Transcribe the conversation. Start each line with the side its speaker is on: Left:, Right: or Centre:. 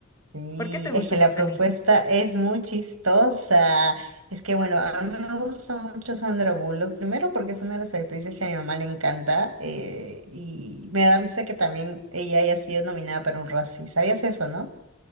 Right: Y
Left: ¿Por qué te gusta
Right: es que la
Left: esa peli?
Right: propuesta es muy chistosa. Es que bueno, a mí me gusta mucho Sandra Bullock, primero porque es una de las actrices que a mi mamá le encanta eh, y me da risa que también ella haya sido nominada para un Razzie. ¿Sabías eso, no?